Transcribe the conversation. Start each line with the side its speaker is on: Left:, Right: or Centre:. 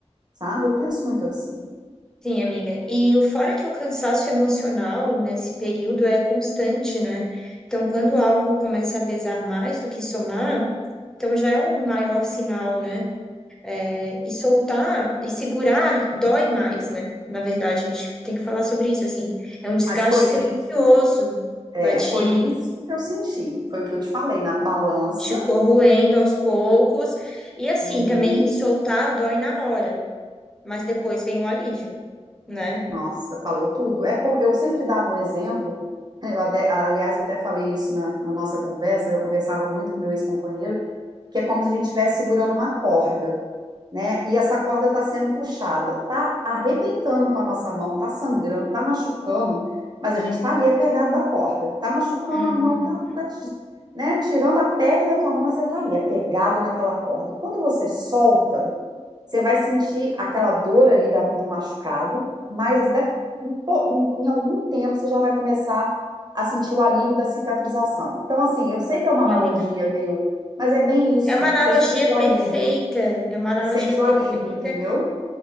Right: sabe? Eu penso muito assim.
Centre: Sim, amiga. E o fora que o cansaço emocional nesse período é constante, né? Então, quando algo começa a pesar mais do que somar, então já é um maior sinal, né? É, e soltar e segurar dói mais, né? Na verdade, a gente tem que falar sobre isso, assim. É um desgaste
Right: Mas foi
Centre: silencioso,
Right: isso, é,
Centre: vai te
Right: foi isso que eu senti, foi o que eu te falei na balança.
Centre: te corroendo aos poucos. E assim,
Right: Uhum.
Centre: também soltar dói na hora, mas depois vem o alívio, né?
Right: Nossa, falou tudo. É como, eu sempre dava o exemplo, <laughs> eu ade- aliás, eu até falei isso na, na nossa conversa, eu conversava muito com meu ex-companheiro, que é como se a gente estivesse segurando uma corda, né? E essa corda está sendo puxada, tá arrebentando com a nossa mão, tá sangrando, tá machucando, mas a gente está ali apegado da corda, tá machucando
Centre: Uhum.
Right: a mão, tá, tá te- né? Tirando a pele da tua mão, mas você tá ali apegado naquela corda. Quando você solta você vai sentir aquela dor ali da- do machucado, mas da- em, po- em- em algum tempo você já vai começar a sentir o alívio da cicatrização. Então, assim, eu sei que é
Centre: Sim,
Right: uma analogia
Centre: amiga.
Right: meio, mas é bem isso.
Centre: É uma analogia
Right: Você sente o
Centre: perfeita,
Right: alívio,
Centre: é uma analogia
Right: você sente o
Centre: perfeita
Right: alívio, entendeu?